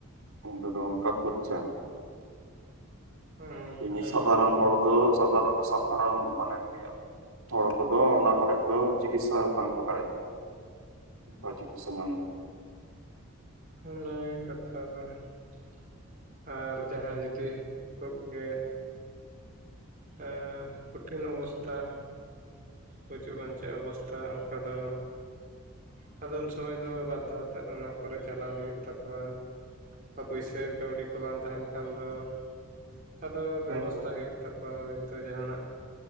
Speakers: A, on the right (about 70°); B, on the right (about 40°).
A: ᱩᱱ ᱨᱮᱫᱚ ᱚᱱᱠᱟ ᱠᱷᱚᱨᱪᱟ ᱾
B: ᱚᱱᱠᱟ
A: ᱮᱢᱱᱤ ᱥᱟᱫᱷᱟᱨᱚᱱ
B: ᱦᱚᱸ
A: ᱦᱚᱲ ᱫᱚ ᱥᱟᱫᱷᱟᱨᱚᱱ ᱥᱟᱫᱷᱟᱨᱚᱱ ᱢᱟᱱᱮᱢ ᱞᱟᱹᱭᱟ ᱦᱚᱲ ᱠᱚᱫᱚ ᱚᱱᱟ ᱠᱚᱨᱮᱫ ᱫᱚ ᱪᱤᱠᱤᱛᱥᱟ ᱵᱟᱝ ᱠᱚ ᱫᱟᱲᱮᱭᱟᱜ-ᱟ ᱾ ᱯᱟᱪᱩᱜ ᱥᱚᱢᱟᱱ ᱫᱚ
B: ᱚᱱᱟᱜᱮ ᱠᱟᱛᱷᱟ ᱫᱚ ᱾ <inaudible> ᱟᱨ ᱡᱟᱦᱟᱸᱭ ᱡᱩᱫᱤ ᱠᱷᱩᱵ ᱜᱮ ᱮᱸᱻ ᱠᱚᱴᱷᱤᱱ ᱚᱵᱚᱥᱛᱷᱟ ᱜᱩᱡᱩᱜ ᱵᱟᱧᱪᱟᱜ ᱚᱵᱚᱥᱛᱷᱟ ᱚᱱᱠᱟ ᱫᱚ <inaudible> ᱟᱫᱚ ᱩᱱ ᱥᱚᱢᱚᱭ ᱫᱚ ᱵᱟ <unintelligible> ᱚᱱᱟ ᱠᱚᱨᱮ ᱪᱟᱞᱟᱣ ᱦᱩᱭᱩᱜ ᱛᱟᱠᱚᱣᱟ ᱾ ᱯᱩᱭᱥᱟᱹ ᱠᱟᱹᱣᱰᱤ ᱠᱚ ᱵᱟᱝ ᱛᱟᱦᱮᱱ ᱠᱷᱟᱱ ᱫᱚ <inaudible> ᱟᱫᱚ ᱵᱮᱵᱚᱥᱛᱟ
A: ᱦᱮᱸ
B: ᱦᱩᱭᱩᱜ ᱛᱟᱠ ᱦᱚᱭᱛᱚ ᱡᱟᱸᱦᱟᱱᱟᱜ